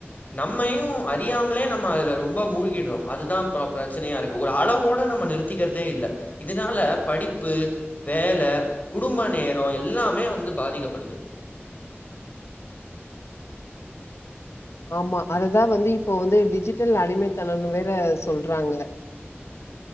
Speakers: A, on the left; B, on the left.
A: நம்மையு அறியாமலே நம்ம அதுல ரொம்ப மூழ்கிடுற அதுதா பிரச்சனயா இருக்கு ஒரு அளவோட நம்ம நிறுத்திக்கிறதே இல்ல இதுனால படிப்பு வேல குடும்ப நேரம் எல்லாமே வந்து பாதிக்கப்படுது
B: ஆமா அததா வந்து இப்போ வந்து டிஜிட்டல் அடிமைத்தன வேற சொல்றாங்க